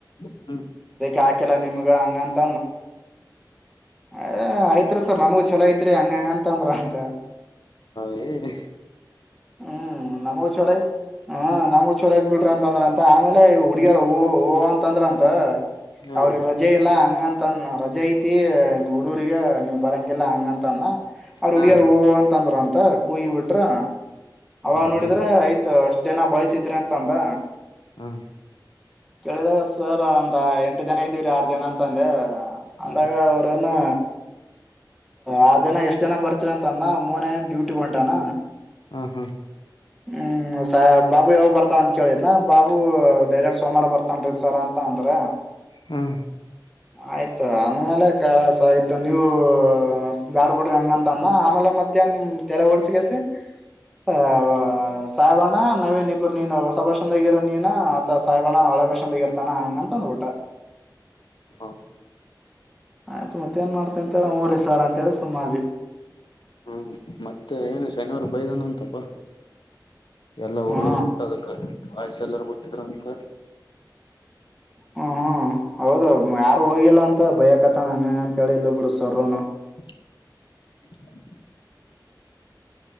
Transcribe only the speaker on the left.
ಹ್ಮ
ಹ್ಮ
ಹಾ
ಹಾ
ಹ್ಮ್
ನಡಿ
ಹ್ಮ
ಹಾ
ಹಾ ಹಾ
ಹಾ
ಹಾ
ಹ್ಮ್ ಮತ್ತೆ ಏನು ಶನಿವಾರರು ಬೈದಾನ ಅಂತಪ್ಪ ಎಲ್ಲಾ ಹುಡುಗರು
ಬುಟ್ಟದಕ್ಕ ವಯಸ್ಸ ಎಲ್ಲಾರ ಬಿುಟ್ಟಿದ್ರ ಅಂತ
<unintelligible>